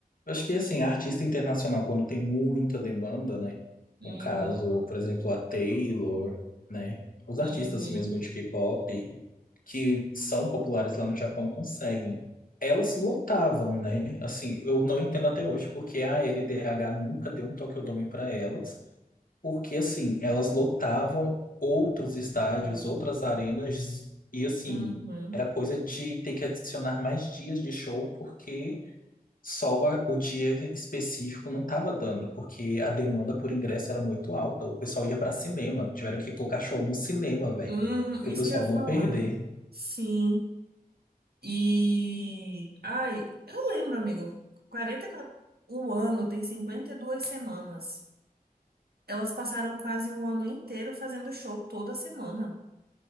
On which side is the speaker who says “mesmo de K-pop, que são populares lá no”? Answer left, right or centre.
Left